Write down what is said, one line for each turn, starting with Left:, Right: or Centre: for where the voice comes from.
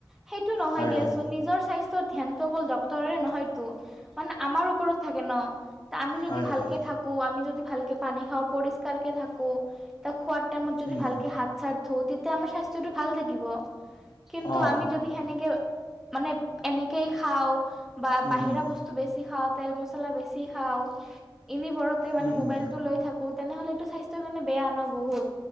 Centre: সেইটো নহয়,
Left: হয়
Centre: দিয়াচোন!
Left: হয়
Centre: নিজৰ স্বাস্থ্য ধ্যানটো অকল, ডক্তৰে নহয়তো। মানে, আমাৰ ওপৰত থাকে ন'! আমি যদি,
Left: হয়
Centre: ভালকে
Left: হয়
Centre: থাকোঁ। আমি যদি, ভালকে পানী খাওঁ, পৰিষ্কাৰকে থাকোঁ, খোৱা টাইমত, যদি
Left: উম
Centre: ভালকে হাত-চাত ধুওঁ, তেতিয়া আমাৰ স্বাস্থ্যটো, ভাল থাকিব। কিন্তু,
Left: অ
Centre: আমি যদি সেনেকে, মানে এনেকে, খাওঁ বা
Left: উম
Centre: বাহিৰা
Left: উম
Centre: বস্তু বস্তু বেছি খাওঁ, তেল-মছলা বেছি খাওঁ। অনবৰতে মানে,
Left: উম
Centre: ম'বাইলটো
Left: উম
Centre: লৈ থাকোঁ। তেনেহ'লেতো, স্বাস্থ্যৰ কাৰণে বেয়া ন' বহুত!